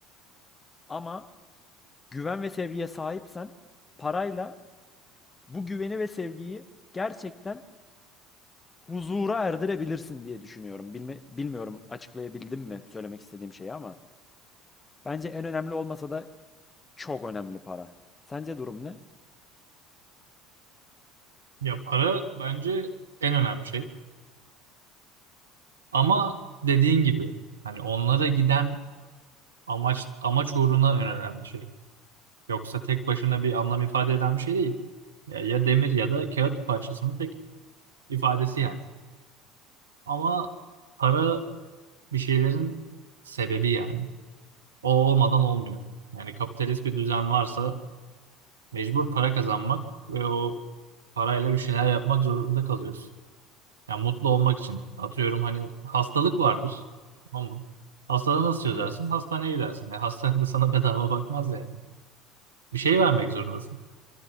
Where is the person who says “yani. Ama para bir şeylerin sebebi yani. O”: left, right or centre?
Right